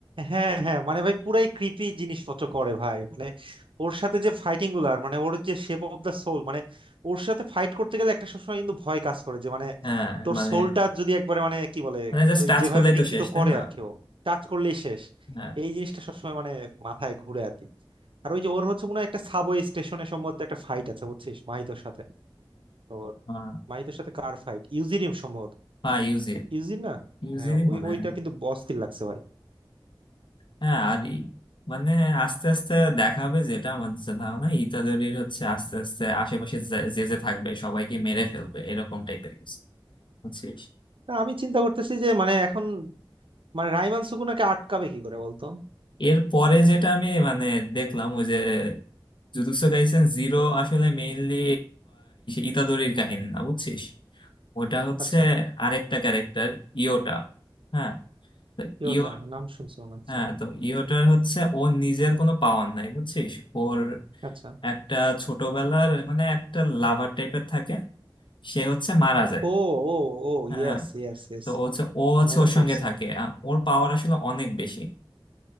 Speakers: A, on the right; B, on the left.
A: হ্যাঁ হ্যাঁ মানে ভাই পুরাই ক্রিপি জিনিসপত্র করে ভাই মানে ওর সাথে যে ফাইটিং গুলো আর মানে ওর যে শেপ অফ দা সোল মানে ওর সাথে ফাইট করতে গেলে একটা সবসময় কিন্তু ভয় কাজ করে যে মানে
B: হ্যাঁ
A: তোর
B: মানে
A: সোলটা যদি একবারে মানে কি বলে
B: মানে জাস্ট
A: ওই
B: টাচ
A: যেভাবে
B: করলেই
A: বিকৃত
B: তো শেষ তাই
A: করে
B: না
A: আর কেউ টাচ করলেই শেষ
B: হ্যাঁ
A: এই জিনিসটা সবসময় মানে মাথায় ঘুরে আর কি আর ওই যে ওর হচ্ছে মনে হয় একটা সাবওয়ে স্টেশনে সম্ভবত একটা ফাইট আছে বুঝছিস মাহিতোর সাথে তোর
B: হ্যাঁ
A: মাহিতোর সাথে কার ফাইট ইউজিরিয়াম সম্ভবত
B: হ্যাঁ ইউজিন
A: ইউজিন না
B: ইউজিনই
A: হ্যাঁ ওই
B: মনে
A: ওইটা
B: হয়
A: কিন্তু অস্থির লাগছে ভাই
B: হ্যাঁ আর ই মানে আস্তে আস্তে দেখা হবে যেটা আমার যে ধারণা ইতাদোরির হচ্ছে আস্তে আস্তে আশেপাশে যে যে যে থাকবে সবাইকে মেরে ফেলবে এরকম টাইপের কিছু বুঝছিস
A: তা আমি চিন্তা করতেছি যে মানে এখন মানে রাইমান সুকুনাকে আটকাবে কি করে বলতো
B: এর পরে যেটা আমি মানে দেখলাম ওই যে জুজুৎসু কাইসেন জিরো আসলে মেইনলি ইতাদোরির কাহিনী না বুঝছিস ওটা হচ্ছে
A: আচ্ছা
B: আরেকটা ক্যারেক্টার ইয়োটা হ্যাঁ তো
A: কি
B: ইয়ো
A: ওটা নাম শুনছি মনে হচ্ছে
B: হ্যাঁ তো ইয়োটার হচ্ছে ওর নিজের কোনো পাওয়ার নাই বুঝছিস ওর
A: আচ্ছা
B: একটা ছোটবেলার মানে একটা লাভার টাইপের থাকে সে হচ্ছে মারা যায়
A: ও ও ও
B: হ্যাঁ
A: ইয়েস ইয়েস ইয়েস
B: তো ও হচ্ছে ও হচ্ছে
A: মনে
B: ওর
A: পড়ছে
B: সঙ্গে থাকে আ- ওর পাওয়ার আসলে অনেক বেশি